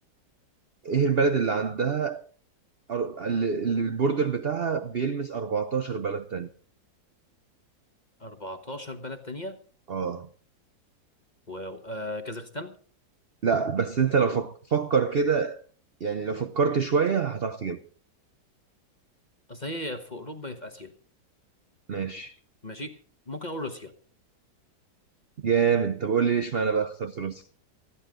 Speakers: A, on the right (about 50°); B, on the left (about 25°).
A: ايه البلد اللي عندها أر- اللي اللي البوردر بتاعها بيلمس 14 بلد تاني
B: 14 بلد تانية
A: اه
B: واو آه كازاخستان
A: لا بس انت لو فك... فكر كده يعني لو فكرت شوية هتعرف تجيبها
B: أصل هي يا في أوروبا يا في آسيا
A: ماشي
B: ماشي ممكن أقول روسيا
A: جامد طب قول لي ليش معنى بقى اخترت روسيا